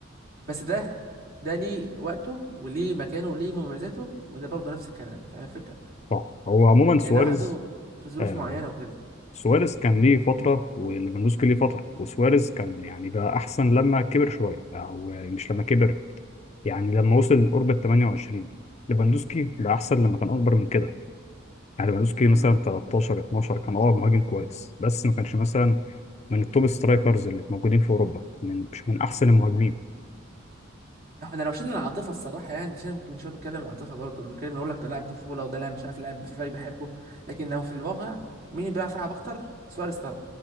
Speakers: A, on the right; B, on the left.
A: بس ده ده ليه وقته وليه مكانه وليه مميزاته وده برضه نفس الكلام فاهم الفكرة
B: صح هو عموما
A: يعني
B: سواريز
A: ده لو حطيته في ظروف
B: آه
A: معينة وكده
B: سواريز كان ليه فترة وليفاندوسكي ليه فترة وسواريز كان يعني بقى أحسن لما كبر شوية أو مش لما كبر يعني لما وصل قرب ال 28 ليفاندوسكي بقى أحسن لما كان أكبر من كده يعني ليفاندوسكي مثلا
A: امم
B: 13 12 كان أه مهاجم كويس بس ما كانش مثلا من التوب سترايكرز اللي موجودين في أوروبا من مش من أحسن المهاجمين
A: احنا لو شلنا العاطفة الصراحة يعني عشان أنا كنت من شوية بتكلم عن العاطفة برضه لما بتكلم اقول لك ده لاعب طفولة وده لاعب مش عارف لاعب في فريق بحبه لكن لو في الواقع مين اللي بيعرف يلعب اكتر سواريز طبعا